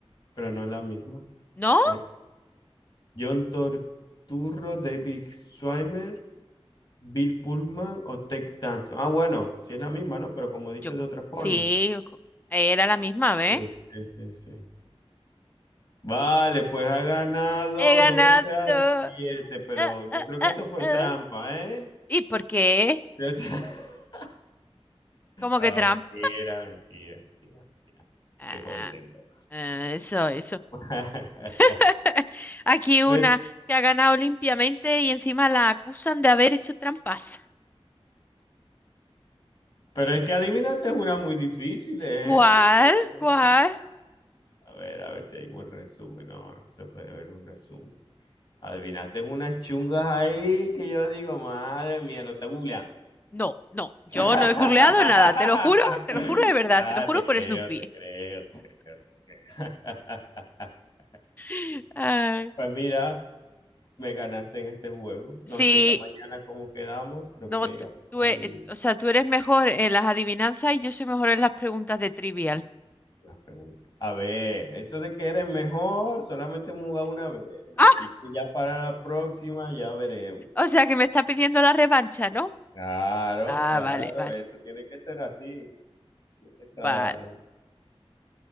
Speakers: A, on the left; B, on the left.
A: pero no es la misma,
B: ¿No?
A: creo. John Torturro, David Schwimmer, Bill Pullman o Ted Danson. Ah, bueno, sí es la misma, ¿no? Pero como he dicho
B: Yo
A: de otra forma.
B: sí, cu- era la misma vez.
A: Sí, sí, sí, sí. Vale, pues ha ganado
B: He ganado.
A: 12 a
B: Ah,
A: 7 pero yo
B: ah,
A: creo
B: ah,
A: que esto fue
B: ah.
A: trampa, ¿eh?
B: ¿Y por qué?
A: <laughs>
B: ¿Cómo
A: No,
B: que trampa?
A: mentira, mentira, mentira, mentira.
B: Ah,
A: Estoy jodiendo.
B: ah, eso, eso.
A: <laughs>
B: <laughs> Aquí una
A: Pues
B: que ha ganado limpiamente y encima la acusan de haber hecho trampas.
A: Pero es que adivinaste es una muy difícil, ¿eh?
B: ¿Cuál? ¿Cuál?
A: Eh, A ver, a ver si hay un resumen. No, no se puede ver un resumen. Adivinaste unas chungas ahí que yo digo, madre mía, lo está googleando.
B: No, no, yo
A: <laughs>
B: no he googleado nada, te lo juro, te lo juro de verdad,
A: Ah,
B: te lo juro
A: te
B: por
A: creo,
B: Snoopy.
A: te creo, te creo, te creo. <laughs>
B: <laughs> Ay.
A: Pues mira, me ganaste en este juego. No
B: Sí,
A: sé esta mañana cómo quedamos. Creo
B: no,
A: que
B: tú,
A: íbamos
B: tú
A: ahí
B: e- eh, o sea, tú eres mejor en las adivinanzas y yo soy mejor en las preguntas de trivial.
A: Las preguntas. A ver, eso de que eres mejor, solamente hemos jugado una vez. Así
B: Ah,
A: que ya para la próxima ya veremos.
B: o sea que me está pidiendo la revancha, ¿no?
A: Claro,
B: Ah,
A: claro,
B: vale, vale,
A: eso tiene que ser así. Tiene que estar
B: vale.